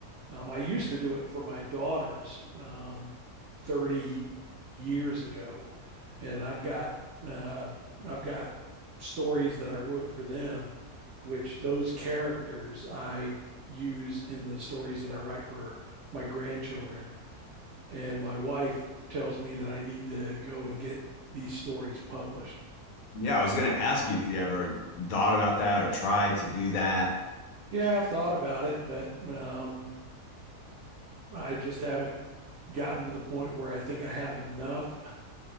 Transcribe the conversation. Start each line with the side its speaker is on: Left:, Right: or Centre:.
Right: Um, I used to do it for my daughters um, 30 years ago, and I've got uh, I've got stories that I wrote for them, which those characters I use in the stories that I write for my grandchildren. And my wife tells me that I need to go and get these stories published.
Left: Yeah, I was gonna ask you if you ever thought about that or tried to do that.
Right: Yeah, I've thought about it, but um, I just haven't gotten to the point where I think I have enough.